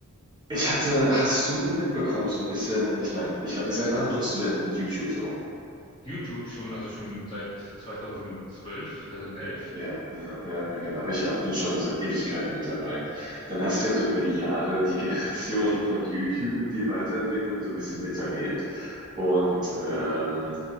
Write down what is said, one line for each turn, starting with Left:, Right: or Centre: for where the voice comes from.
Right: Ich hatte, hast du mitbekommen, so ein bisschen, ich meine, ich, we- seit wann nutzt du denn YouTube so?
Left: YouTube schon, also schon seit 2012, 2011.
Right: Ja, ja, ja, ja, genau. Ich auch. Bin schon seit Ewigkeiten mit dabei. Dann hast du ja so über die Jahre die Generation von YouTube, die Weiterentwicklung so ein bisschen miterlebt. Und ähm,